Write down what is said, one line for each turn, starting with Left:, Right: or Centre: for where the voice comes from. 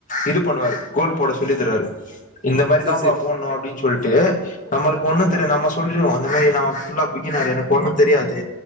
Left: இது பண்ணுவாரு கோல் போட சொல்லிதருவாரு இந்த மாரிதான்ப்பா
Right: சரி சரி
Left: போட்ணு அப்டின் சொல்லிட்டு நம்மளுக்கு ஒண்ணு
Right: ஆமா
Left: தெரியாது நம்ம சொல்றிவோ இந்த மாரி நா ஃபுல்லா பிகினாரு எனக்கு ஒண்ணு தெரியாது